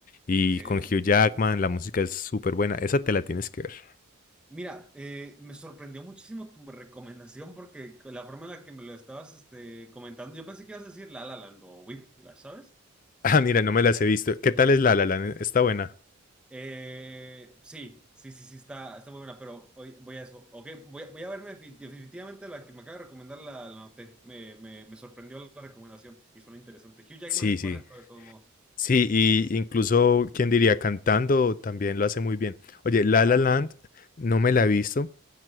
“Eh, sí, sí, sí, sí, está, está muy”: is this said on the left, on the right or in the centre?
Centre